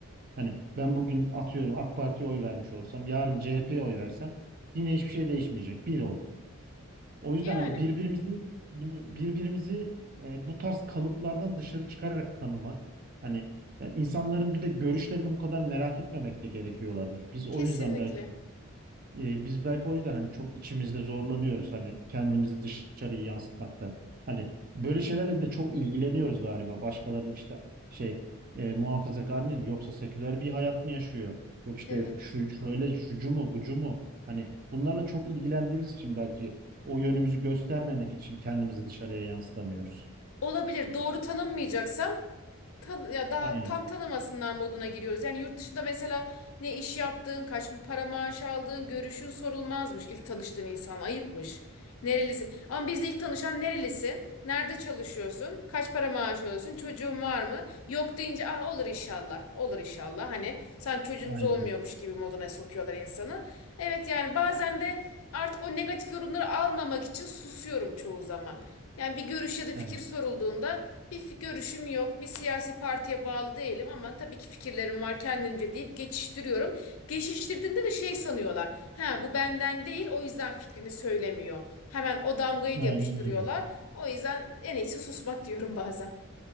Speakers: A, on the right; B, on the left.
A: Hani ben bugün atıyorum AK Parti'ye oy vermiş olsam, yarın CHP'ye oy versem yine hiçbir şey değişmeyecek. Bir oy. O yüzden
B: Yani
A: hani birbirimizi bu, birbirimizi e, bu tarz kalıplardan dışarı çıkararak tanımak. Hani ya insanların bir de görüşlerini bu kadar merak etmemek de gerekiyor olabilir. Biz o
B: kesinlikle.
A: yüzden belki e, biz belki o yüzden hani çok içimizde zorlanıyoruz hani kendimizi dışarıya yansıtmakta. Hani böyle şeylerle de çok ilgileniyoruz galiba. Başkalarının işte şey e, muhafazakar mı yoksa seküler bir hayat mı yaşıyor? Yok işte
B: Evet.
A: şu şöyle şucu mu bucu mu? Hani bunlarla çok ilgilendiğimiz için belki o yönümüzü göstermemek için kendimizi dışarıya yansıtamıyoruz.
B: Olabilir. Doğru tanınmayacaksam tan ya daha
A: Aynen.
B: tam tanımasınlar moduna giriyoruz. Yani yurt dışında mesela ne iş yaptığın, kaç para maaş aldığın, görüşün sorulmazmış ilk tanıştığın insan ayıpmış. Nerelisin? Ama bizde ilk tanışan nerelisin? Nerede çalışıyorsun? Kaç para maaş alıyorsun? Çocuğun var mı? Yok deyince ah olur inşallah. Olur inşallah. Hani sen çocuğumuz
A: Aynen.
B: olmuyormuş gibi moduna sokuyorlar insanı. Evet yani bazen de artık o negatif yorumları almamak için susuyorum çoğu zaman. Yani bir görüş ya da fikir
A: Aynen.
B: sorulduğunda bir görüşüm yok. Bir siyasi partiye bağlı değilim ama tabii ki fikirlerim var kendimce deyip geçiştiriyorum. Geçiştirdiğinde de şey sanıyorlar. Ha bu benden değil o yüzden fikrini söylemiyor. Hemen o damgayı
A: Aynen
B: da yapıştırıyorlar.
A: öyle.
B: O yüzden en iyisi susmak diyorum bazen.